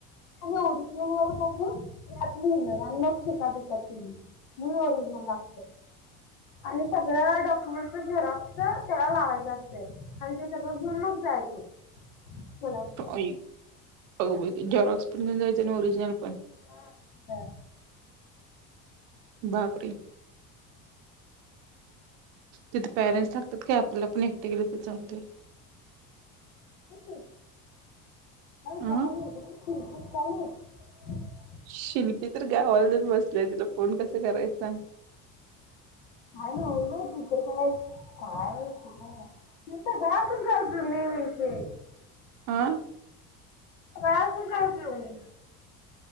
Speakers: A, on the left (about 75°); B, on the right (about 70°).
A: तुम्ही ओरिजिनल वर बघू त्यात लिहलं आणि मग शिक्का देत्यात तेनी मग ओरिजनल लागतय आणि सगळं डॉक्युमेंटच झेरॉक्स त्याला लावायचं असतंय. आणि ते सगळं घेऊन मग जायचं. कोल्हापूरला
B: आई अगं बाई ते झेरॉक्स घेऊन जायचं आणि ओरिजनल पण.
A: हा.
B: बापरे! तिथे पेरेंट्स लागतात का, आपला आपण एकट गेलं तर चालतंय?
A: हो. हाय
B: अ
A: का <unintelligible> एवढेच. <unintelligible>
B: शिल्पी तर गावाला जाऊन बस -- ल्या. तिला फोन कसं करायचं सांग?
A: काय नव्हचं बाई ती तर काय काय विचित्र हाय. तिजं सगळं असुन काय उपयोग नाही वैशे --
B: आं.
A: सगळ असुन काय उपयोग नाही.